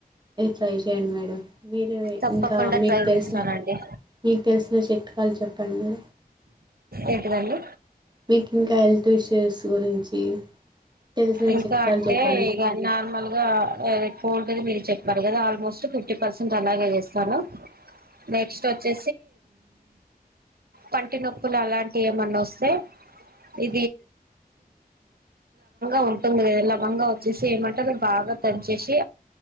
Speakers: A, on the right (about 30°); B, on the right (about 75°).
A: సై చేయండి మేడం మీరు
B: తప్పకుండా
A: ఇంకా మీకు
B: ట్రై
A: తెలిసిన
B: చేస్తానండి
A: మీకు తెలిసిన చెట్ వాళ్ళు చెప్పండి
B: ఏంటివండి
A: మీటి కాల్ ఇష్యూస్ గురించి తెలిసిన
B: ఇంకా
A: చిట్కాలు
B: అంటే
A: చెప్పనా
B: ఇక నార్మల్ గా కోల్డ్గాది మ చెప్పారు కదా ఆల్మోస్ట్ ఫిఫ్టీ పర్సెంట్ అలాగ చేస్తాను నెక్స్ట్ వచ్చే పంటి నొప్పు అంటి ఏ వస్తే ఇ ఉ తొమ్మిది వేల బంగా వచ్చేసి ఏమంటారు బాగా దంచేసి